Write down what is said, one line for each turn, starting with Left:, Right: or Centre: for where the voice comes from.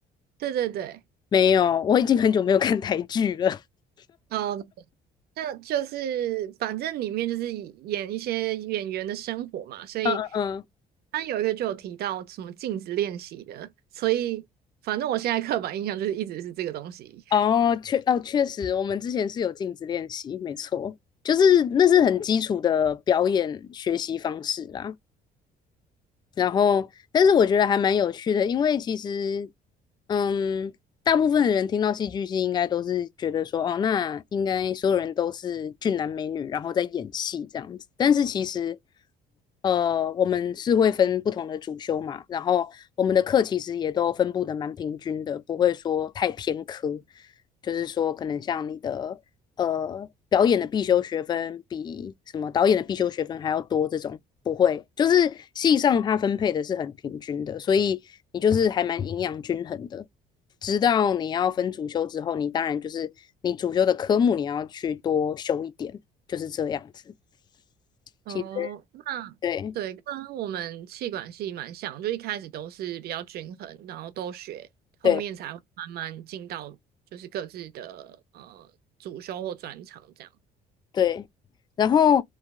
Right: 对对对，
Left: 没有，我已经很久没有看台剧了。<laughs>
Right: 哦，那就是反正里面就是演一些演员的生活嘛，所以
Left: 嗯嗯
Right: 他有一个就有提到什么镜子练习的，所以反正我现在刻板印象就是一直是这个东西。
Left: 嗯，哦，确哦，确实，我们之前是有镜子练习，没错，就是那是很基础的表演学习方式啦。然后，但是我觉得还蛮有趣的，因为其实，嗯，大部分的人听到戏剧系，应该都是觉得说，哦，那应该所有人都是俊男美女，然后在演戏这样子。但是其实，呃，我们是会分不同的主修嘛，然后我们的课其实也都分布的蛮平均的，不会说太偏科，就是说可能像你的呃表演的必修学分比什么导演的必修学分还要多这种，不会，就是系上它分配的是很平均的，所以你就是还蛮营养均衡的。直到你要分主修之后，你当然就是你主修的科目你要去多修一点，就是这样子。
Right: 哦，
Left: 其实
Right: 那对，
Left: 对
Right: 跟我们气管系蛮像，就一开始都是比较均衡，然后都学，后面才会慢慢进到就是各自的呃主修或专长这样。
Left: 对对，然后